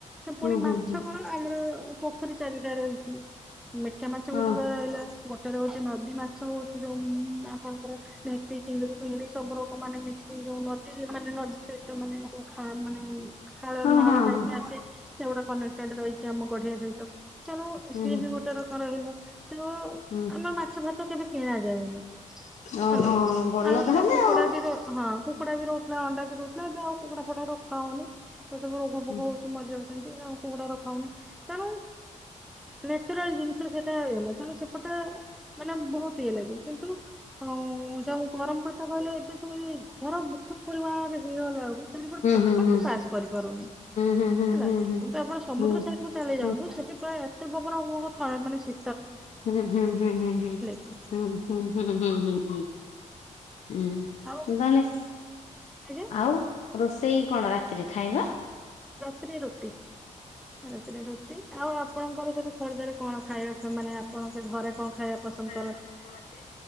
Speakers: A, in the centre; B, on the left.
A: ସେ
B: ହୁଁ
A: ପୁଣି
B: ହୁଁ
A: ମାଛ
B: ହୁଁ
A: କଣ ଆମର ପୋଖରୀ ଚାରିଟା ରହିଚି। ମିଠା ମାଛ
B: ହଁ
A: ଗୋଟେ କରେ ରହିଲା। ଗୋଟରେ ହୋଉଚି ନଦୀ ମାଛ ହୋଉଚି ଯୋଉ ଉଁ ଆପଣଙ୍କର <unintelligible> ଚିଙ୍ଗିଡି ଫିଙ୍ଗିଡି। ସବୁ ଲୋକ ମାନେ ମିଶିକି ଯୋଉ ନଦୀରେ ମାନେ ନଦୀ ସହିତ ମାନେ ଯୋଉା ଖା ମାନେ ହାଳ
B: ହଁ
A: ନାଳ
B: ହଁ
A: ଟାଇପ
B: ହଁ
A: ଆସେ ସେଗୁଡା କନେକ୍ଟେଡ ରହିଚି ଆମ ଗଢିଆ ସହିତ। ତେଣୁ
B: ହୁଁ
A: ସିଏ
B: ହୁଁ।
A: ବି ଗୋଟେ ରକ ରହିଲା ତ
B: ହୁଁ
A: ଆମେ ମାଛ ଫାଚ କେବେ କିଣାଯାଏନି ହେଲା
B: ଓହୋ ଭଲ
A: ଆହୁରି
B: ତାହେଲେ ଆଉ।
A: ନିର ହଁ କୁକୁଡା ବି ରୋହୁଥିଲା ଅଣ୍ଡା ବି ଦୋଉଥିଲା ଏବେ ଆଉ କୁକୁଡା ଫୁକୁଡ଼ା ରଖା ହୋଉନି। ସେ ସବୁ ରୋଗ ଫୋଗ
B: ହୁଁ
A: ହୋଉଚି ମରିଯାଚନ୍ତି ଆଉ କୁକୁଡ଼ା ରଖା ହୋଉନି ତେଣୁ ନେଚୁରାଲ୍ ଜିନିଷ ସେଟା ଇଏ ହେଇଗଲା ହେଲେ ସେପଟେ ମାନେ ବୋହୁତ ଇଏ ଲାଗେ। ନ୍ତୁ ଆଉଁ ଯୋଉ ଗରମ କ କଥା କୋହୁନ ଏବେ ସବୁ ନୁହେଁ କି ଘର ବୋହୁତ ପରିମାଣରେ ହେଇଗଲା ବେଳକୁ ଚାରି ପଟେ ପବନ
B: ହୁଁ ହୁଁ ହୁଁ
A: ହିଁ ପାସ୍ କରିପାରୁନି।
B: ହୁଁ ହୁଁ
A: ହେଲା
B: ହୁଁ ହୁଁ।
A: କିନ୍ତୁ ଆପଣ ସମୁଦ୍ର
B: ହୁଁ
A: ସାଇଡକୁ ଚାଲି
B: ହୁଁ
A: ଯାଆନ୍ତୁ
B: ହୁଁ ହୁଁ ହୁଁ ହୁଁ ହୁଁ
A: ସେଥିପାଇଁ ଏତେ ପବନ ଆପଣଙ୍କୁ ଥାଏ ମାନେ ଶୀ
B: ହୁଁ ହୁଁ ହୁଁ ହୁଁ ହୁଁ
A: କି
B: ହୁଁ ହୁଁ ହୁଁ ହୁଁ ହୁଁ ହୁଁ। ହୁଁ
A: ଆଉ
B: ତାହଲେ ସ୍
A: ଆଜ୍ଞା
B: ଆଉ ରୋଷ ଷେଇ କଣ ରାତିରେ ଖାଇବା?
A: ରାତିରେ ରୁଟି। ରାତିରେ ରୁଟି ଆଉ ଆପଣଙ୍କର ସେଠି ଖୋର୍ଦ୍ଧାରେ କଣ ଖାଇବା ଫେ ମାନେ ଆପଣଙ୍କ ଘରେ କଣ ଖାଇବା ପସନ୍ଦ?
B: ଖାଇବା ପସନ୍ଦ କରନ୍ତି?